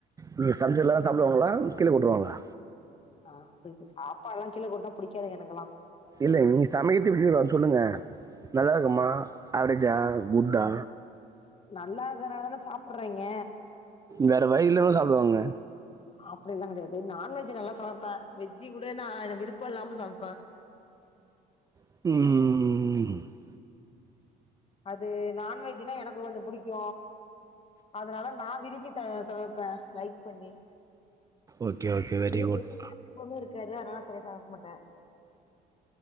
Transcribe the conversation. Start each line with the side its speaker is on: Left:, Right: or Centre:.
Right: நீங்க சமச்சா எல்லாரு சாப்டுவாங்களா கீழே போட்டுருவாங்களா
Left: ஆ அப்பிடி சாப்பாடு எல்லா கீழே கொட்டுனா புடிக்காதுங்க எனக்குல்லா
Right: இல்ல நீங்க சமையத்து <unintelligible> சொல்லுங்க நல்லா இருக்குமா ஆவரேஜா குட்டா
Left: நல்லாருக்கறனால தான சாப்புறாய்ங்க
Right: வேற வழி இல்லாம சாப்டுவாங்க
Left: அப்டி எல்லா கெடையாது நான்வெஜ் நல்லா சமப்ப வெஜ்ஜு கூட நா விருப்போ இல்லாம சமப்பேன்
Right: ம் ம்
Left: அது நான்வெஜ்னா எனக்கு கொஞ்சோ புடிக்கு அதனால நா விரும்பி ச சமப்பே லைக் பண்ணி
Right: ஓகே ஓகே
Left: இதே
Right: வெரி குட்
Left: வெஜ்னா விருப்பமே இருக்காது அதனால சரியா சமக்க மாட்ட